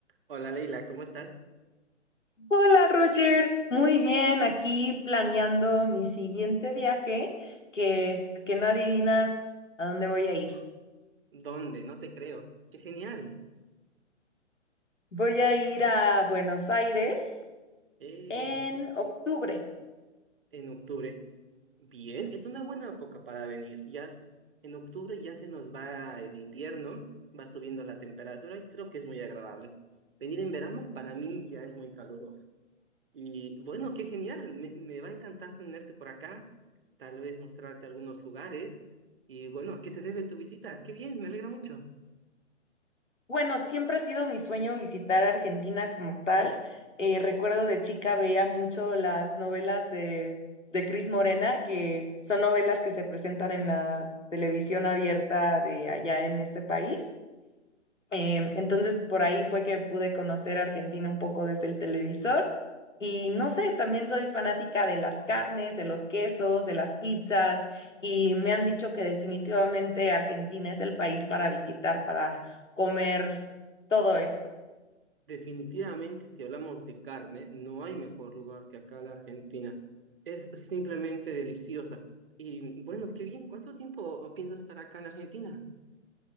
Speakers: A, on the right (about 45°); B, on the left (about 80°).
A: Hola Leila, ¿cómo estás?
B: Hola Roger, muy bien, aquí planeando mi siguiente viaje, que, que no adivinas a dónde voy a ir.
A: ¿Dónde? No te creo. ¡Qué genial!
B: Voy a ir a Buenos Aires
A: Eh,
B: en octubre.
A: en octubre. Bien, es una buena época para venir. Ya s- en octubre ya se nos va el invierno, va subiendo la temperatura y creo que es muy agradable. Venir en verano para mí ya es muy caluroso. Y bueno, qué genial. Me, me va a encantar tenerte por acá, tal vez mostrarte algunos lugares. Y bueno, ¿a qué se debe tu visita? ¡Qué bien! Me alegra mucho.
B: Bueno, siempre ha sido mi sueño visitar Argentina como tal. Eh, recuerdo de chica veía mucho las novelas de, de Cris Morena, que son novelas que se presentan en la televisión abierta de allá en este país. Em, entonces, por ahí fue que pude conocer Argentina un poco desde el televisor. Y no sé, también soy fanática de las carnes, de los quesos, de las pizzas, y me han dicho que definitivamente Argentina es el país para visitar, para comer todo esto.
A: Definitivamente, si hablamos de carne, no hay mejor lugar que acá la Argentina. Es simplemente deliciosa. Y bueno, qué bien. ¿Cuánto tiempo piensas estar acá en Argentina?